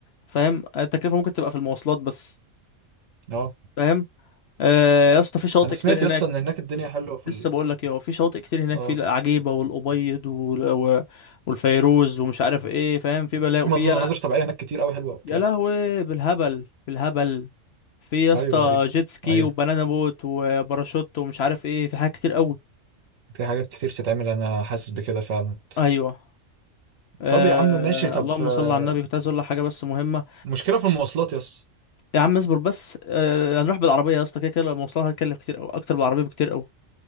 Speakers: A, on the left; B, on the right.
A: فاهم التكلفة ممكن تبقى في المواصلات بس
B: اه
A: فاهم آه يا اسطى في شواطئ
B: انا سمعت
A: كتير
B: يس
A: هناك
B: ان هناك الدنيا حلوه في
A: لسه
B: ال...
A: بقول لك اهو في شواطئ كتير هناك
B: اه
A: في العجيبة والأبيض وال- و- والفيروز ومش عارف ايه فاهم في بلاء
B: في
A: وفي
B: مظن-
A: يلا
B: مناظر طبيعيه هناك كتير قوي حلوه وبتاع
A: يا لهوي بالهبل بالهبل في يا اسطى
B: ايوه ايوه
A: جيت سكي
B: ايوه
A: وبنانا بوت وباراشوت ومش عارف ايه في حاجات كتير قوي
B: في حاجات كتير تتعمل انا حاسس بكده فعلا
A: ايوه آه
B: طب يا عم ماشي طب
A: اللهم
B: آه،
A: صل على النبي كنت عايز اقول لك حاجة بس مهمة
B: مشكله في المواصلات يس
A: يا عم اصبر بس آه، هنروح بالعربية يا اسطى كده كده المواصلات هتكلف كتير أوي أكتر بالعربية بكتير أوي